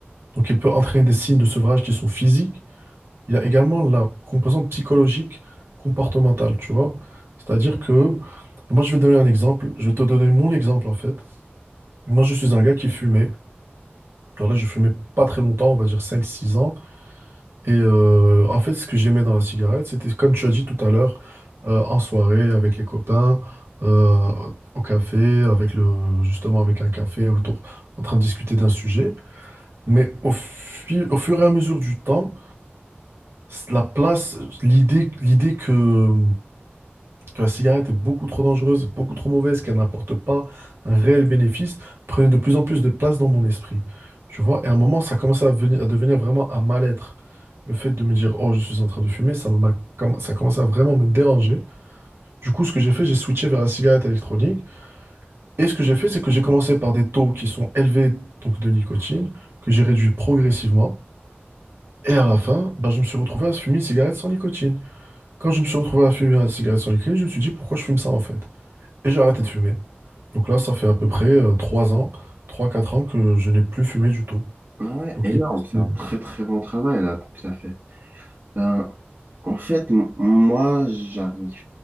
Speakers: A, on the right (about 75°); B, on the right (about 45°).
A: donc elle peut entraîner des signes de sevrage qui sont physiques. Il y a également la composante psychologique comportementale, tu vois. C'est-à-dire que, moi je vais te donner un exemple, je vais te donner mon exemple en fait. Moi je suis un gars qui fumait, alors là je fumais pas très longtemps, on va dire cinq six ans. Et euh, en fait ce que j'aimais dans la cigarette, c'était comme tu as dit tout à l'heure, euh, en soirée avec les copains, euh, au café, avec le, justement avec un café, autour, en train de discuter d'un sujet. Mais au, fi- au fur et à mesure du temps, la place, l'idée, l'idée que que la cigarette est beaucoup trop dangereuse, beaucoup trop mauvaise, qu'elle n'apporte pas un réel bénéfice, prenait de plus en plus de place dans mon esprit. Tu vois, et à un moment, ça commençait à, venir- à devenir vraiment un mal-être. Le fait de me dire, oh, je suis en train de fumer, ça m'a, comm- ça commençait à vraiment me déranger. Du coup, ce que j'ai fait, j'ai switché vers la cigarette électronique. Et ce que j'ai fait, c'est que j'ai commencé par des taux qui sont élevés donc de nicotine, que j'ai réduit progressivement. Et à la fin, bah, je me suis retrouvé à fumer une cigarette sans nicotine. Quand je me suis retrouvé à fumer une cigarette sans nicotine, je me suis dit, pourquoi je fume ça en fait? Et j'ai arrêté de fumer. Donc là, ça fait à peu près euh, trois ans, trois quatre ans que je n'ai plus fumé du tout.
B: Ah ouais,
A: Donc,
B: énorme,
A: l'idée,
B: c'est
A: c'est-
B: un très très bon travail là. Ça fait Ben, en fait, m- moi, j'arrive